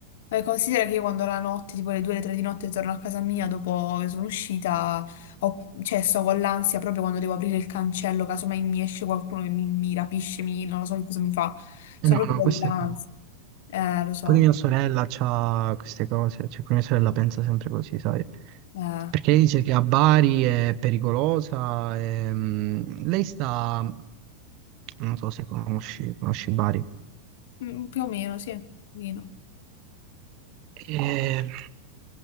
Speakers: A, on the left; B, on the right.
A: Beh, considera che io quando la notte, tipo le 2 le 3 di notte, torno a casa mia dopo che sono uscita, ho- cioè sto con l'ansia proprio quando devo aprire il cancello, casomai mi esce qualcuno che mi, mi rapisce, mi- non lo so che cosa mi fa. Sto
B: Eh No,
A: proprio
B: no, questo
A: con l'ansia.
B: è brutto.
A: Eh, lo so.
B: Poi mia sorella ha queste cose, cioè pure mia sorella pensa sempre così, sai?
A: Eh,
B: Perché lei dice che a Bari è pericolosa, e, mm, lei sta, non so se conosci, conosci Bari.
A: mm, più o meno, sì, un pochino.
B: Ehm,